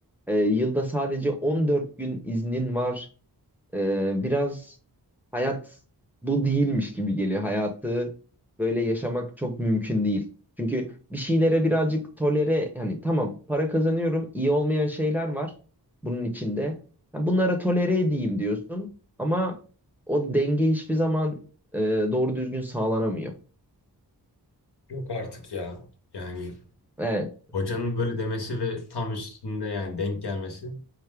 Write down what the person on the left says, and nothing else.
Yok artık ya. Yani
hocanın böyle demesi ve tam üstünde yani denk gelmesi.